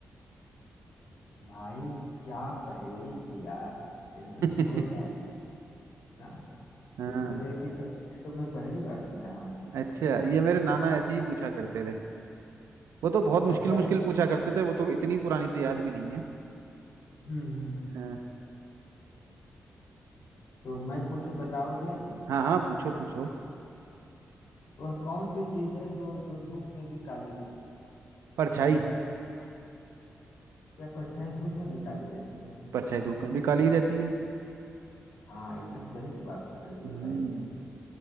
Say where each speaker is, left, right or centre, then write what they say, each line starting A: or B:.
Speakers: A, on the left (about 75°); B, on the right (about 80°).
A: भाई क्या पहेली थी यार एकदम
B: <laughs>
A: जोरदार ना
B: हाँ
A: इस तरह की पहेली तो मैं पहली बार सुन रहा हूँ
B: अच्छा ये मेरे नाना ऐसे ही पूछा करते थे वो तो बहुत मुश्किल
A: अच्छा
B: मुश्किल
A: ये
B: पूछा करते थे वो तो इतनी पुरानी तो याद भी नहीं है
A: हम्म हम्म
B: हाँ
A: तो मैं पूछूं बताओगे
B: हाँ हाँ पूछो पूछो
A: वह कौन सी चीज है दो जो धूप में भी काली रहती है?
B: परछाई
A: क्या परछाई धूप में भी काली रहती है
B: परछाई धूप में भी काली रहती है
A: हाँ एकदम सही जवाब पकड़ लिए
B: हम्म
A: भाई